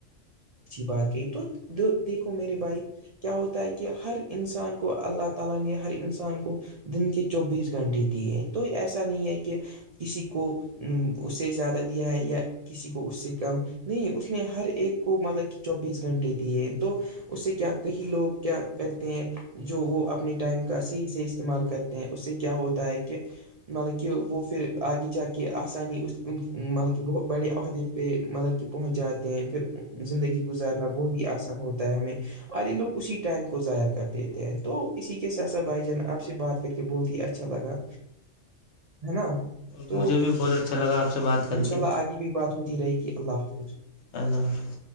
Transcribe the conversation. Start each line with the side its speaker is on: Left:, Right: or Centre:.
Right: اچھی بات کی تو دیکھ دیکھو میرے بھائی کیا ہوتا ہے کہ ہر انسان کو اللہ تعالی نے ہر انسان کو دن کے چوبیس گھنٹے دیے تو ایسا نہیں ہے کے کسی کو ام اس سے زیادہ دیا ہے یا کسی کو اس سے کم نہیں اس نے ہر ایک کو مطلب کے چوبیس گھنٹے دیے تو اس سے کیا کہیں لوگ کیا کرتے ہیں جو وہ اپنے ٹائم کا صحیح سے استعمال کرتے اس سے کیا ہوتا ہے کے مطلب کے وہ پھر آگے جا کے آسانی مطلب کے ہمم بت بڑے عہدے پہ مطلب کہ پہنچ جاتے ہیں پھر زندگی گزارنا بہت ہی آسان ہوتا ہے ہمیں اور یہ لوگ اسی ٹائم کو ضائع کر دیتے ہیں تو اسی کے ساتھ ساتھ بھائی جان آپ سے بات کر کے بہت ہی اچھا لگا ہے نا تو
Left: مجھے بھی بہت اچھا لگا آپ سے بات کر
Right: انشاء
Left: کے
Right: اللہ آگے بھی بات ہوتی رہے گی اللہ حافظ
Left: اللہ حافظ